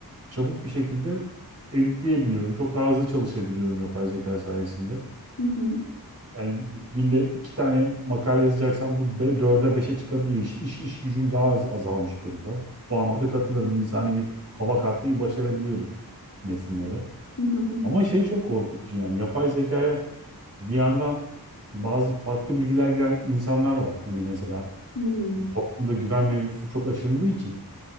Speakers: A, on the right (about 40°); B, on the left (about 50°).
A: çabuk bir şekilde editleyebiliyorum. Çok daha hızlı çalışabiliyorum yapay zeka sayesinde.
B: hı hı,
A: Yani günde iki tane makale yazacaksan bu be, dörde beşe çıkabiliyor iş. İş, iş gücüm daha az azalmış durumda. Bu anlamda katılırım. İnsani bir hava katmayı başarabiliyorum metinlere.
B: hı hı,
A: Ama
B: hı
A: şey çok korkutucu yani. Yapay zekaya bir yandan bazı farklı bilgiler giren insanlar var. Hani mesela
B: hı,
A: toplumda güven mevzusu çok aşındığı için